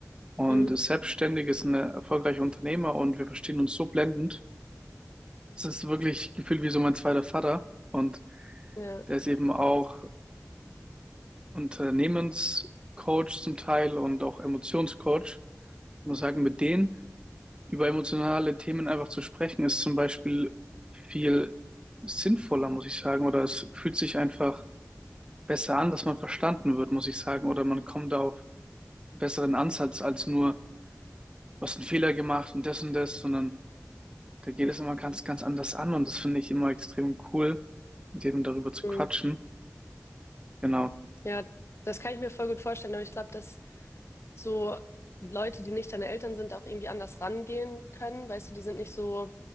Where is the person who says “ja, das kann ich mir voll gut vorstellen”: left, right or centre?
Left